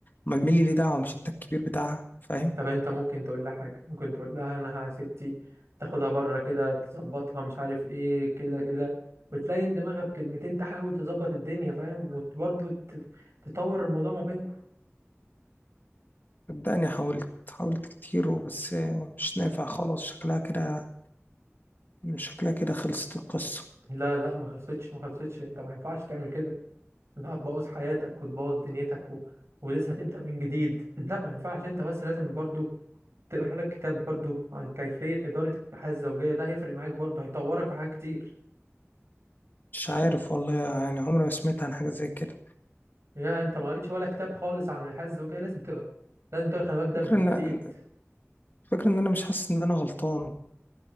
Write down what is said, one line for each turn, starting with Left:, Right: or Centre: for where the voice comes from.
Left: امال مين اللي ليه دعوه مش انت الكبير بتاعها فاهم
Right: طب انت ممكن تقول لها حاجه ممكن تقول لها انها يا ستي تاخدها بره كده تظبطها مش عارف ايه كده كده وتلاقي ان دماغها بكلمتين تحاول تظبط الدنيا فاهم وبرضه ت- تطور الموضوع ما بينكم
Left: صدقني حاولت حاولت كتير وبس مش نافع خلاص شكلها كده شكلها كده خلصت القصه
Right: لا لا ما خلصتش ما خلصتش انت ما ينفعش تعمل كده لا هتبوظ حياتك وتبوظ دنيتك و... ولسه هتبدأ من جديد لا ما ينفعش انت بس لازم برضو تقرا لك كتاب برضو عن كيفية إدارة الحياة الزوجية ده هيفرق معاك برضو هيطورك في حاجات كتير
Left: مش عارف والله يعني عمري ما سمعت عن حاجه زي كده
Right: يا انت ما قريتش ولا كتاب خالص عن الحياة الزوجية لازم تقرا لازم تقرا خلي بالك ده
Left: الفكره
Right: بيفيد
Left: ان الفكره ان انا مش حاسس ان انا غلطان